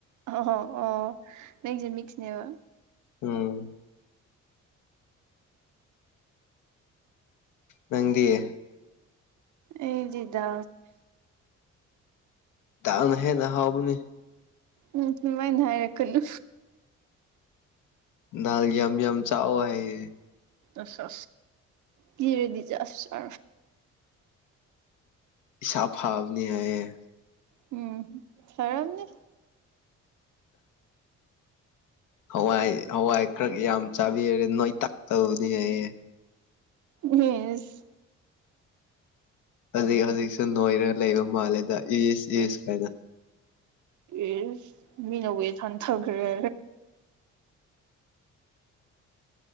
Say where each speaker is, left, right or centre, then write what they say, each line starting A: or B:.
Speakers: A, on the right; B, on the left.
A: ꯑꯣ ꯑꯣ ꯅꯪꯁ ꯃꯤꯁꯤꯅꯦꯕ
B: ꯎꯝ ꯅꯪꯗꯤꯦ
A: ꯑꯦ ꯆꯤꯗꯥ
B: ꯇꯥꯅ ꯍꯦ ꯅꯍꯥꯎ ꯑꯃꯅꯤ
A: ꯎꯝ ꯃꯥꯏꯅ ꯍꯥꯏꯔꯛꯀꯅꯨ
B: ꯗꯗꯥ ꯝ ꯝ ꯆꯥꯋ ꯍꯥꯏ
A: ꯑ ꯀꯔꯗꯤ ꯆꯁ꯫
B: ꯁꯥꯥꯐꯥꯕꯅꯤ ꯍꯥꯏꯌꯦ꯫
A: ꯎꯝ ꯐꯔꯅꯤ꯫
B: ꯍꯋꯥꯏ ꯍꯋꯥꯏ ꯈꯔ ꯌꯥꯝ ꯆꯥꯕꯤꯔꯔꯦ ꯅꯣꯏ ꯇꯥꯛꯛꯇꯕꯅꯤ ꯑꯩ꯫
A: ꯍꯝꯁ꯫
B: ꯍꯧꯖꯤꯛ ꯍꯧꯖꯤꯛꯁꯨ ꯅꯣꯏꯔꯒ ꯂꯩꯕ ꯃꯥꯜꯂꯦꯗ ꯏꯁ ꯏꯁ ꯀꯥꯏꯅ꯫
A: ꯑꯦ ꯃꯤꯅꯕꯨ ꯊꯅ ꯊꯝꯈ꯭ꯔꯦ꯫